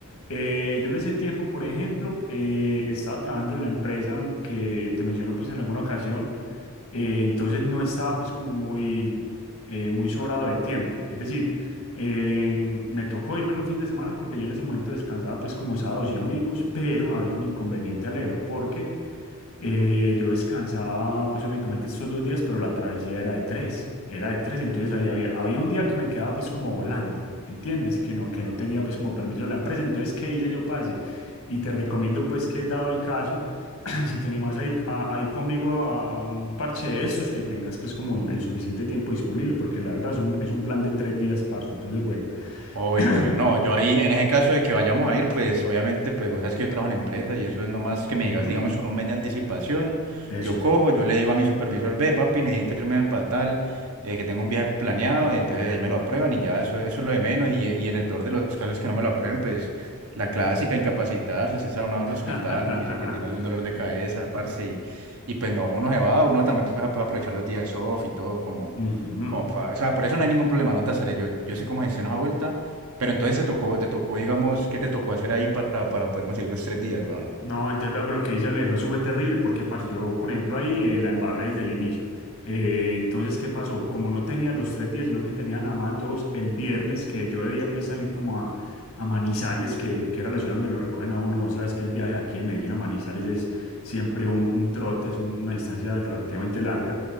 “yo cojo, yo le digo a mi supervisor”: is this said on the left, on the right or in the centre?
Right